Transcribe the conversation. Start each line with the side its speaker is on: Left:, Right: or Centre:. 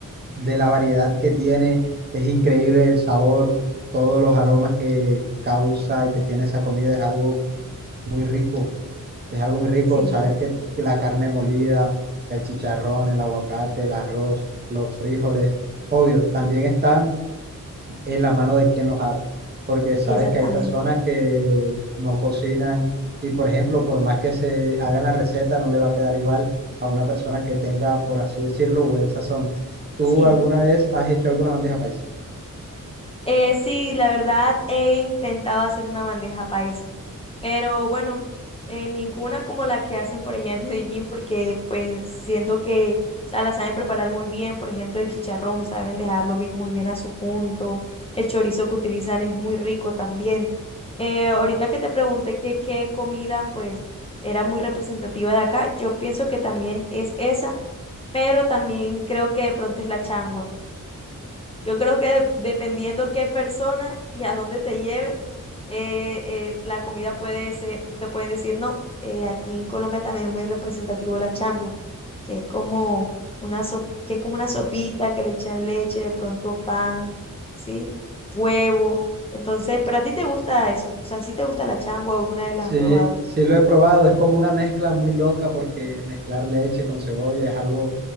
Right: De la variedad que tiene, es increíble el sabor, todos los aromas que causa y que tiene esa comida es algo muy rico. Es algo muy rico
Left: Sí,
Right: saber que, que la carne molida, el chicharrón, el aguacate, el arroz, los frijoles. Obvio, también está en la mano de quien los haga, porque
Left: sí,
Right: sabes
Left: exactamente.
Right: que hay personas que no cocinan y, por ejemplo, por más que se hagan la receta, no le va a quedar igual a una persona que tenga, por así decirlo, buen sazón. ¿Tú
Left: Sí.
Right: alguna vez has hecho alguna bandeja paisa?
Left: Eh, sí, la verdad he intentado hacer una bandeja paisa, pero bueno, eh, ninguna como la que hacen por allá en <laughs> Medellín, porque pues siento que, o sea, la saben preparar muy bien. Por ejemplo, el chicharrón, saben dejarlo bi- muy bien a su punto. El chorizo que utilizan es muy rico también. Eh, ahorita que te pregunté que qué comida pues era muy representativa de acá, yo pienso que también es esa, pero también creo que de pronto es la changua. Yo creo que dep- dependiendo qué persona y a dónde te lleve, eh, eh, la comida puede ser, te pueden decir no. Eh, aquí en Colombia también es muy representativo la changua, que es como una sop- que es como una sopita que le echan leche, de pronto pan, ¿sí? Huevo. Entonces, pero a ti te gusta eso, o sea, si te gusta la changua, o alguna vez
Right: Sí,
Left: la has probado.
Right: sí lo he probado, es como una mezcla muy loca porque mezclar leche con cebolla es algo